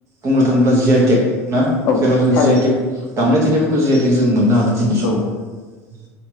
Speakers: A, on the right; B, on the left.
A: बुंनो थाङोब्ला जि आइ टेक ना
B: औ
A: जेराव जों
B: थारैनो
A: जि आइ टेक दामनाय देनायफोरखौ जि आइ टेक जों मोननो हादों। दिनैनि समाव
B: औ